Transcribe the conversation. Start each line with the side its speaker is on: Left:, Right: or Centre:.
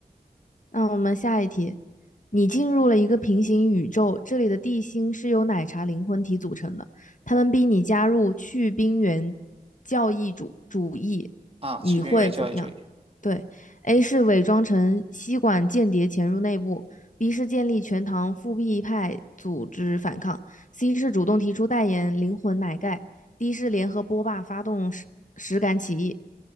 Left: 那我们下一题。你进入了一个平行宇宙，这里的地心是由奶茶灵魂体组成的，他们逼你加入去冰原教义主主义，
Right: 啊。
Left: 你会怎么样？
Right: 士兵原教育主义
Left: 对，A 是伪装成吸管间谍潜入内部，B 是建立全糖复辟派组织反抗，C 是主动提出代言灵魂奶盖，D 是联合波霸发动实实感起义。